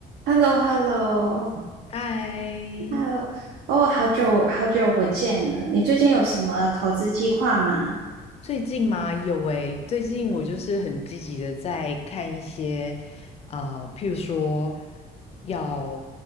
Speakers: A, on the right; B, on the left.
A: h e l l o h e l l o h
B: 嗨，
A: e l l o 哦，好久好久不见了。你最近有什么投资计划吗？
B: 最近嘛，有诶，最近我就是很积极的在看一些，呃，譬如说要